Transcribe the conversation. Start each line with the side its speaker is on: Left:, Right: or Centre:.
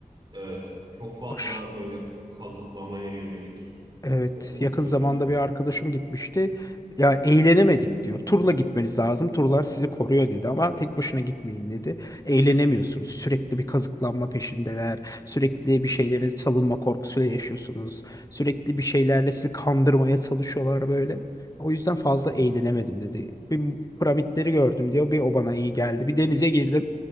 Right: Evet. Çok fazla
Left: Aş-
Right: böyle kazıklamaya yönelik
Left: Evet,
Right: olduğu
Left: yakın
Right: söyleniyor.
Left: zamanda bir arkadaşım gitmişti. Ya eğlenemedik diyor. Turla gitmeniz lazım. Turlar sizi koruyor dedi ama tek başına gitmeyin dedi. Eğlenemiyorsunuz. Sürekli bir kazıklanma peşindeler. Sürekli bir şeylerin çalınma korkusuyla yaşıyorsunuz. Sürekli bir şeylerle sizi kandırmaya çalışıyorlar böyle. O yüzden fazla eğlenemedim dedi. Bir piramitleri gördüm diyor. Bir o bana iyi geldi. Bir denize girdim.